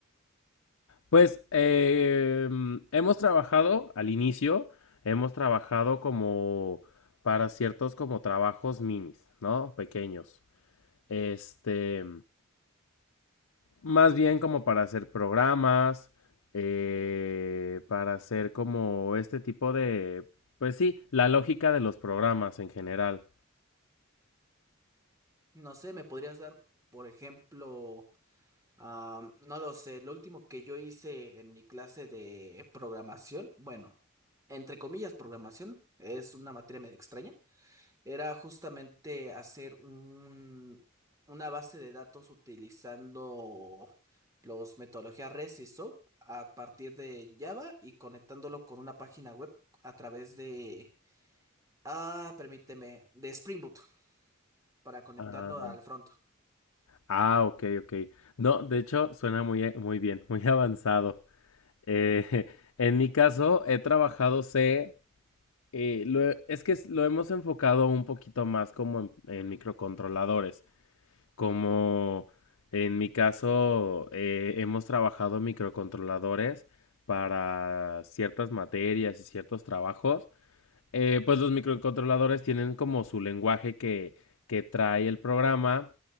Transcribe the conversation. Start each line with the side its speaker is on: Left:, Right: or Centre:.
Left: Pues eh, hemos trabajado al inicio, hemos trabajado como para ciertos como trabajos minis, ¿no? Pequeños. Este, más bien como para hacer programas, eh, para hacer como este tipo de, pues sí, la lógica de los programas en general.
Right: No sé, ¿me podrías dar, por ejemplo, Ah, no lo sé, lo último que yo hice en mi clase de programación, bueno, entre comillas programación, es una materia medio extraña, era justamente hacer un, una base de datos utilizando los metodologías REST y SOAP a partir de Java y conectándolo con una página web a través de, ah, permíteme, de Spring Boot para conectarlo
Left: Ah,
Right: al front.
Left: ah, ok, ok. No, de hecho, suena muy, eh, muy bien, muy avanzado. Eh, <laughs> en mi caso, he trabajado C Eh, lo es que es- lo hemos enfocado un poquito más como en, en microcontroladores, como en mi caso eh, hemos trabajado microcontroladores para ciertas materias y ciertos trabajos. Eh, pues los microcontroladores tienen como su lenguaje que, que trae el programa